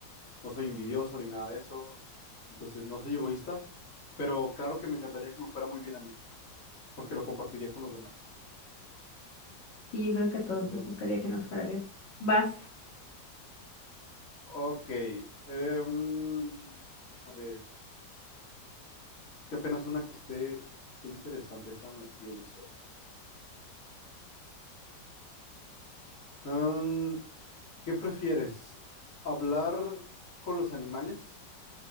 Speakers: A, on the left; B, on the left.
A: no soy envidioso ni nada de eso, entonces no soy egoísta, pero claro que me encantaría que me fuera muy bien a mí, porque lo compartiría con los demás,
B: Y yo creo que a todos
A: definitivamente.
B: nos gustaría que nos fuera bien. Vas.
A: Ok, em, a ver, que apenas una que esté, esté interesante, déjame pienso. Em, ¿qué prefieres? ¿Hablar con los animales